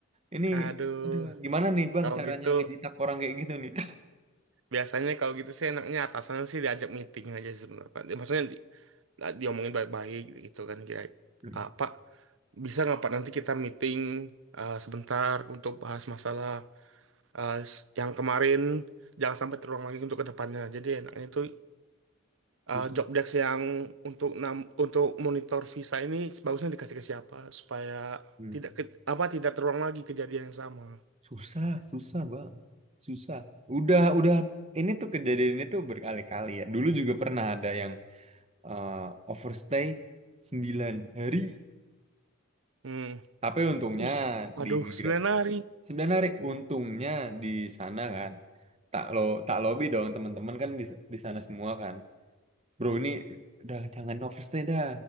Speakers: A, on the right (about 30°); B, on the right (about 65°).
A: Ini,
B: <laughs> Aduh,
A: aduh, gimana nih Bang
B: kalau
A: caranya
B: gitu
A: ngejitak orang kayak gitu nih? <laughs>
B: biasanya kalau gitu sih enaknya atasan sih diajak meeting aja sih sebenarnya Pak. maksudnya di, nah, diomongin baik-baik gitu kan kira
A: Hmm,
B: apa bisa nggak Pak nanti kita meeting eh, sebentar untuk bahas masalah eh, s- yang kemarin jangan sampai terulang lagi untuk kedepannya jadi enaknya itu eh,
A: Susah.
B: job desk yang untuk nam- untuk monitor visa ini sebagusnya dikasih ke siapa supaya
A: Hmm.
B: tidak ke- apa tidak terulang lagi kejadian yang sama
A: Susah, susah Bang. Susah. Udah, udah. Ini tuh kejadian ini tuh berkali-kali ya. Dulu juga pernah ada yang eh, overstay 9 hari.
B: hmm
A: Tapi untungnya
B: bus waduh
A: di migra
B: sembilan hari
A: 9 hari. Untungnya di sana kan. Tak lo, tak lobby dong teman-teman kan di, di sana semua kan. bro ini udah jangan overstay dah